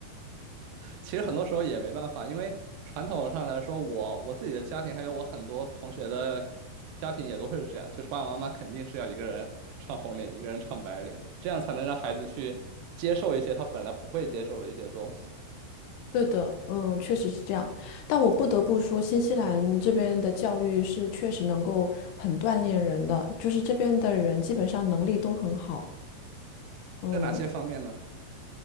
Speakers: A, on the right; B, on the left.
A: 其实很多时候也没办法，因为传统上来说，我我自己的家庭还有我很多同学的家庭也都是这样，就是爸爸妈妈肯定是要一个人唱红脸，一个人唱白脸，这样才能让孩子去接受一些他本来不会接受的一些东西。
B: 对的，嗯，确实是这样。但我不得不说，新西兰这边的教育是确实能够很锻炼人的，就是这边的人基本上能力都很好，嗯。
A: 在哪些方面呢？